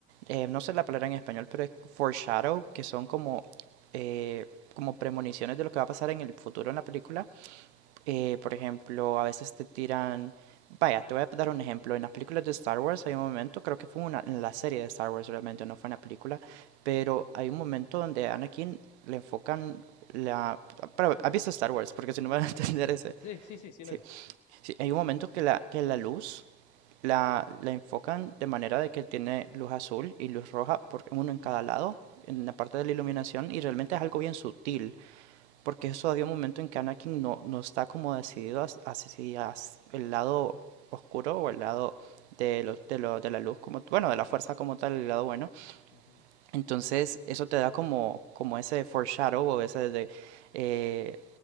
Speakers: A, on the right; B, on the left.
A: eh, no sé la palabra en español, pero es foreshadow, que son como, eh, como premoniciones de lo que va a pasar en el futuro en la película eh, por ejemplo, a veces te tiran... Vaya, te voy a dar un ejemplo. En las películas de Star Wars hay un momento, creo que fue una, en la serie de Star Wars realmente, no fue en la película, pero hay un momento donde a Anakin le enfocan la... Para, ¿Has visto Star Wars? Porque si no van a <laughs> entender ese...
B: Sí, sí, sí, sí
A: Sí,
B: la he visto.
A: sí, hay un momento que la, que la luz la, la enfocan de manera de que tiene luz azul y luz roja, por, uno en cada lado, en la parte de la iluminación, y realmente es algo bien sutil porque eso había un momento en que Anakin no, no está como decidido hacia el lado oscuro o el lado de, lo, de, lo, de la luz, como bueno, de la fuerza como tal, el lado bueno.
B: Ujú.
A: Entonces eso te da como, como ese foreshadow o ese de... Eh,